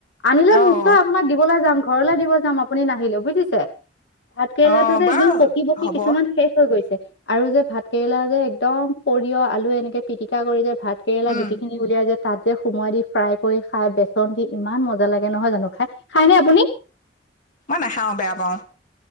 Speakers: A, on the left (about 75°); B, on the left (about 45°).
A: আনিলে
B: অ
A: নিশ্চয় আপোনাক দিবলৈ যাম। ঘৰলৈ দিব যাম আপুনি নাহিলেও বুজিছে। ভাতকেৰেলাটো
B: অ'
A: যে
B: বাৰু
A: একদম পকি পকি
B: হ'ব
A: কিছুমান শেষ হৈ গৈছে। আৰু যে ভাত কেৰেলা যে একদম সৰিয়হ, আলু এনেকে পিটিকা কৰি যে ভাতকেৰেলা
B: উম,
A: গুটিখিনি উলিয়াই যে তাত সোমোৱাই দি ফ্ৰাই কৰি খাই বেচন দি ইমান মজা লাগে নহয় জানো খাই। খাইনে আপুনি?
B: মই নাখাওঁ, বেয়া পাওঁ।